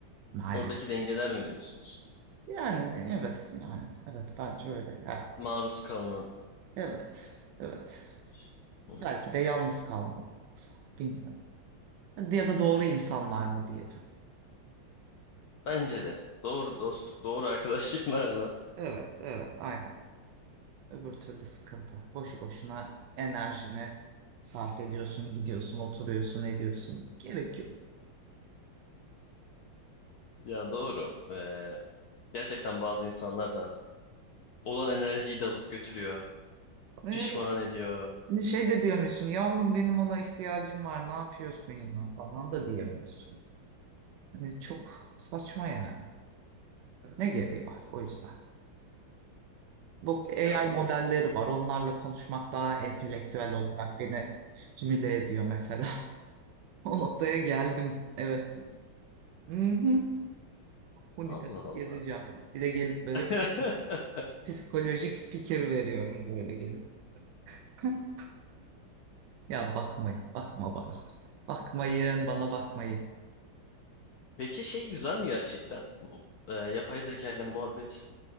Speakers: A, on the right; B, on the left.
A: maalesef.
B: Oradaki dengeler mi diyorsunuz?
A: Yani evet yani evet bence öyle ya.
B: Maruz kalınan.
A: Evet evet.
B: şey. Hı
A: Belki
B: hı.
A: de yalnız kalmalı insan bilmiyorum. Ya da doğru insanlar mı diyelim.
B: Bence de. Doğru dostluk, doğru arkadaşlıklarla.
A: Evet evet aynen. Öbür türlü sıkıntı. Boşu boşuna enerjini sarf ediyorsun, gidiyorsun, oturuyorsun, ediyorsun. Gerek yok.
B: Ya doğru. Ee, gerçekten bazı insanlar da olan enerjiyi de alıp götürüyor.
A: Ee,
B: Pişman ediyor.
A: şey de diyemiyorsun, yavrum benim ona ihtiyacım var, ne yapıyorsun ya falan da diyemiyorsun. Hani çok saçma yani. Ne gereği var o yüzden. Bu AI
B: Ya doğru.
A: modelleri var, onlarla konuşmak daha entelektüel olarak beni stimüle ediyor mesela. <laughs> O noktaya geldim, evet. Hı hı. huni
B: Allah
A: takıp
B: Allah.
A: gezeceğim. Bir de gelip böyle
B: <laughs>
A: ps- ps- psikolojik fikir veriyorum böyle gelip. <laughs> Ya bakmayın, bakma bana. Bakmayın, bana bakmayın.
B: Peki şey güzel mi gerçekten? Bu, e, yapay zeka ile muhabbet